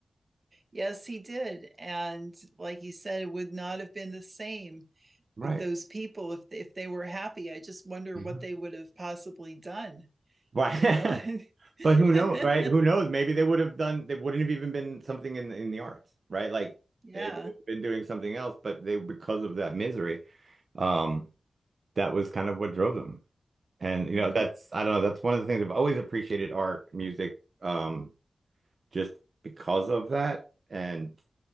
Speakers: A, on the right; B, on the right.
A: Yes, he did. And like you said, it would not have been the same
B: Right.
A: with those people if if they were happy. I just wonder
B: Yeah.
A: what they would have possibly done,
B: Right.
A: you know?
B: <laughs> But
A: <laughs>
B: who knows, right? Who knows? Maybe they would have done, they wouldn't have even been something in in the arts, right? Like
A: Yeah.
B: they would have been doing something else, but they because of that misery, um, that was kind of what drove them. And
A: hmm
B: you know, that's I don't know, that's one of the things I've always appreciated art, music, um, just because of that. And